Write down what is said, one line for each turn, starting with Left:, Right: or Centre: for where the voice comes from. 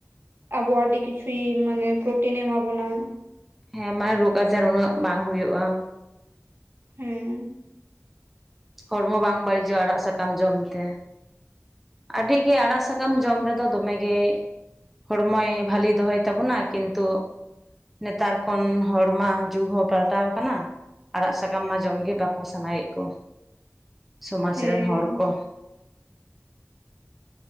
Right: ᱟᱵᱚ ᱟᱹᱰᱤ ᱠᱤᱪᱷᱩᱭ ᱢᱟᱱᱮ ᱯᱨᱚᱴᱤᱱ ᱮ ᱮᱢᱟ ᱵᱚᱱᱟ᱾
Centre: ᱦᱮᱸ ᱢᱟᱱᱮ ᱨᱳᱜᱽ ᱟᱡᱟᱨ ᱩᱱᱟᱹᱜ ᱵᱟᱝ ᱦᱳᱭᱳᱜᱼᱟ᱾
Right: ᱦᱩᱸᱻ
Centre: ᱦᱚᱲᱢᱚ ᱵᱟᱝ ᱵᱟᱹᱲᱤᱡᱚᱜᱼᱟ ᱟᱲᱟᱜ ᱥᱟᱠᱟᱢ ᱡᱚᱢ ᱛᱮ᱾ ᱟᱹᱰᱤ ᱜᱮ ᱟᱲᱟᱜ ᱥᱟᱠᱟᱢ ᱡᱚᱢ ᱨᱮᱫᱚ ᱫᱚᱢᱮ ᱜᱮᱼᱼ ᱦᱚᱲᱢᱚᱭ ᱵᱷᱟᱞᱤ ᱫᱚᱦᱚᱭ ᱛᱟᱵᱚᱱᱟᱭ ᱠᱤᱱᱛᱩᱼᱼ ᱱᱮᱛᱟᱨ ᱠᱷᱚᱱ ᱦᱚᱲ ᱢᱟ ᱡᱩᱜᱽ ᱦᱚᱸ ᱯᱟᱞᱴᱟᱣ ᱟᱠᱟᱱᱟ᱾ ᱟᱲᱟᱜ ᱥᱟᱠᱟᱢ ᱢᱟ ᱡᱚᱢ ᱜᱮ ᱵᱟᱠᱚ ᱥᱟᱱᱟᱭᱮᱫ ᱠᱚ ᱥᱚᱢᱟᱡᱽ
Right: ᱦᱮᱸ
Centre: ᱨᱮᱱ ᱦᱚᱲ ᱠᱚ᱾